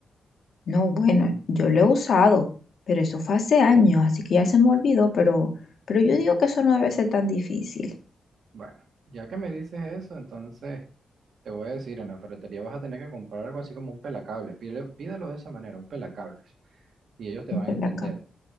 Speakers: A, on the left; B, on the right.
A: No, bueno, yo lo he usado, pero eso fue hace años, así que ya se me olvidó, pero, pero yo digo que eso no debe ser tan difícil.
B: Bueno, ya que me dices eso, entonces te voy a decir, en la ferretería vas a tener que comprar algo así como un pelacables. Pide- pídelo de esa manera, un pelacables. y ellos te
A: Ok,
B: van a entender.
A: la